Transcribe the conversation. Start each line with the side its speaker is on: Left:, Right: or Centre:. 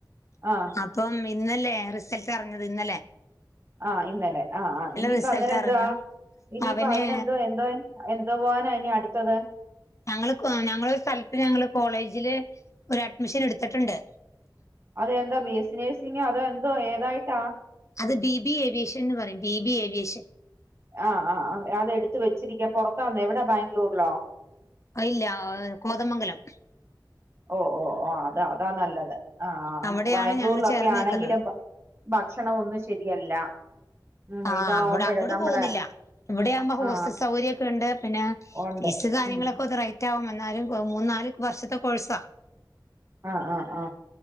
Right: ആ
Left: അപ്പം ഇന്നല്ലേ റിസൾട്ട് അറിഞ്ഞത്? ഇന്നല്ലെ
Right: ആഹ് ഇന്നലെ ആഹ ആ് ഇനിയിപ്പോ
Left: റിസൾട്ട്
Right: അന്നേരം എന്തുവാ?
Left: അറിഞ്ഞു
Right: ഇനിയിപ്പോ
Left: അവന്
Right: അതിനെന്തോ എന്തോ എന്തോ പോവാനാ ഇനി അടുത്തത്.
Left: ഞങ്ങൾക് ഞങ്ങളരു സ്ഥലത്ത് ഞങ്ങള് കോളേജിൽ ഒരു അഡ്മിഷൻ എടുത്തിട്ടുണ്ട്.
Right: അത് എന്താ ബി എസ് സി നേഴ്സിങ്ങോ? അതോ എന്തോ ഏതായിട്ടാ?
Left: അത് ബി ബി ഏവിയേഷൻ എന്ന് പറയും. B B aviation.
Right: ആ ആ ആ, അത് എടുത്ത് വെച്ചിരിക്ക പൊറതാന്നോ എവിടാ ബാംഗ്ലൂരിലോ?
Left: ഇല്ല കോതമംഗലം.
Right: ഓ ഓ ഓ അതാ അതാ നല്ലത്. ആഹ
Left: അവിടെയാണ്
Right: ബാംഗ്ലൂരിലൊക്കെ
Left: ഞങ്ങൾ ചേർന്നേക്കുന്നത്
Right: ആണെങ്കിൽ ഭക്ഷണം ഒന്നും ശരിയല്ല. ഉം
Left: ആ
Right: ഇതാവുമ്പോഴേ
Left: അവടെ അങ്ങോട്ട്
Right: നമ്മുടെ
Left: പോകുന്നില്ല ഇവിടെയാവുമ്പോ ഹോസ്റ്റൽ
Right: ആ
Left: സൗകര്യൊക്കെ ഉണ്ട് പിന്നെ
Right: ഉണ്ട്
Left: വി കാര്യങ്ങളൊക്കെ
Right: ഉം ഉം.
Left: ഒന്ന് റൈറ്റ് ആക വന്നാലും മൂന്ന നാല് വർഷത്തെ കോൾസാ.
Right: ആ ആ ആ